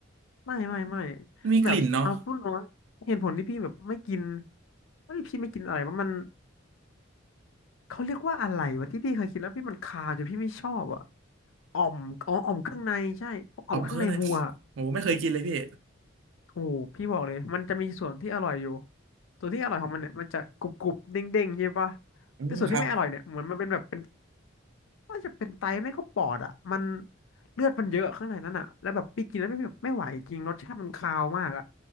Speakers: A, on the left (about 70°); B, on the right (about 65°).
A: ไม่ไม่ไม่
B: มันมีกลิ่นเนาะ
A: แบบเอาพูดตรงนะเหตุผลที่พี่แบบไม่กินเฮ้ยพี่ไม่กินอะไรว่ามันเขาเรียกว่าอะไรวะที่พี่เคยกินแล้วพี่มันคาวจนพี่ไม่ชอบอ่ะอ่อมอ๋ออ่อมเครื่องในใช่พวกอ่อมเครื่องในวัว
B: ออกเครื่องเลยโอ้ไม่เคยกินเลยพี่
A: โอ้โหพี่บอกเลยมันจะมีส่วนที่อร่อยอยู่ส่วนที่อร่อยของมันเนี่ยมันจะกรุบกรุบเด้งเด้งใช่ปะ
B: อืมครับ
A: แต่ส่วนที่ไม่อร่อยเนี่ยเหมือนมันเป็นแบบเป็น ว่าจะเป็นไตไม่ก็ปอดอ่ะมันเลือดมันเยอะข้างในนั้นอ่ะแล้วแบบพี่กินแล้วไม่ไม่ไหวจริงรสชาติมันคาวมากอ่ะ